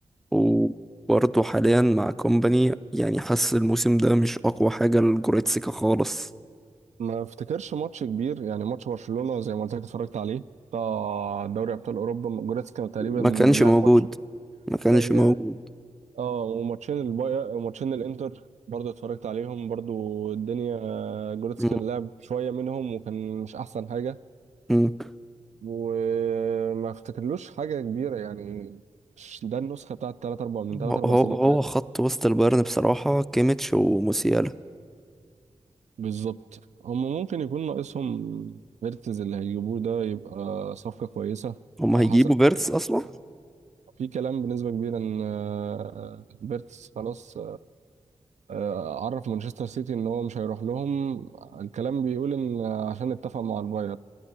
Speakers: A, in the centre; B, on the right.
A: وبرضو حاليا مع كومباني يعني حاسس الموسم ده مش أقوى حاجة لجوريتسكا خالص
B: ما افتكرش ماتش كبير يعني ماتش برشلونة زي ما قلت لك اتفرجت عليه بتاع دوري ابطال اوروبا جوريتسكا تقريبا
A: ما كانش
B: لعب
A: موجود
B: ماتش
A: ما كانش
B: لا
A: موجود
B: اه وماتشين الباير ماتشين الانتر برضه اتفرجت عليهم برضه الدنيا جوريتسكا
A: مم،
B: لعب شويه منهم وكان مش احسن حاجه
A: مم.
B: وما افتكرلوش حاجه كبيره يعني مش ده النسخه بتاعت 3 4 من 3
A: هو
B: 4
A: هو
B: سنين
A: هو
B: فاتوا
A: خط وسط البايرن بصراحة كيميتش وموسيالا
B: بالظبط هم ممكن يكون ناقصهم فيرتز اللي هيجيبوه ده يبقى صفقه كويسه
A: هما
B: على
A: هيجيبوا
B: حسب
A: فيرتس أصلا
B: في كلام بنسبه كبيره ان آه، فيرتز خلاص آه، عرف مانشستر سيتي ان هو مش هيروح لهم الكلام بيقول ان آه، عشان اتفق مع الباير